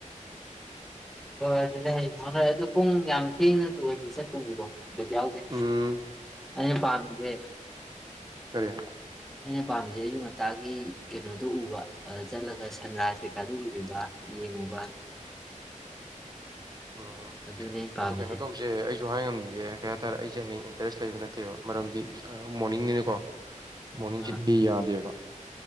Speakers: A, in the centre; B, on the right (about 30°).
A: ꯑꯗꯨꯗꯤ ꯍ ꯑꯗꯨ ꯄꯨꯡ ꯌꯥꯝ ꯊꯤꯅ ꯑꯣꯏ ꯆꯠꯄꯨꯁꯤꯀꯣ ꯗꯤ ꯌꯥꯎꯗꯦ
B: ꯎꯝ
A: ꯑꯩꯅ ꯄꯥꯝꯃꯤꯁꯦ
B: ꯀꯔꯤꯦ
A: ꯑꯩꯅ ꯄꯥꯝꯃꯤꯁꯦ ꯑꯌꯨꯛ ꯉꯟꯇꯥꯒꯤ ꯀꯩꯅꯣꯗꯣ ꯎꯕ ꯆꯠꯂꯒ ꯁꯟ ꯔꯥꯏ ꯀꯩꯀꯥꯗꯔꯤꯕ ꯌꯦꯡꯉꯨꯕ
B: ꯎꯝ
A: ꯑꯗꯨꯅꯦ ꯑꯩ ꯄꯥꯝꯃꯤꯁꯦ
B: ꯑ ꯀꯩꯅꯣ ꯇꯧꯁꯦ ꯑꯩ ꯁꯁꯨ ꯍꯥꯏ ꯉꯝꯗꯌꯦ ꯀꯩ ꯍꯥꯏꯇꯥꯔꯦ ꯑꯩꯁꯦ ꯍꯌꯦꯡ ꯏꯟꯇꯔꯦꯁ ꯂꯩꯕ ꯅꯠꯇꯦꯕ ꯃꯔꯝꯗꯤ ꯃꯣꯔꯅꯤꯡꯅꯤꯅꯀꯣ ꯃꯣꯔꯅꯤꯡ
A: ꯑꯥ
B: ꯁꯤꯤ ꯌꯥꯗꯦꯕ